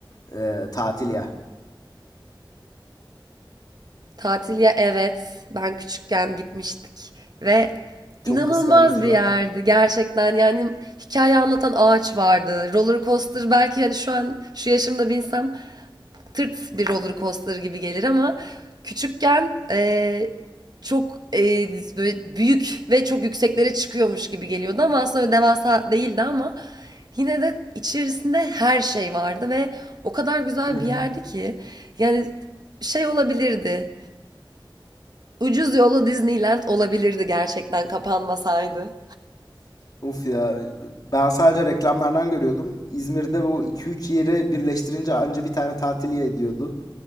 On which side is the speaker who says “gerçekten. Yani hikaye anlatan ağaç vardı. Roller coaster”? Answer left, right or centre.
Right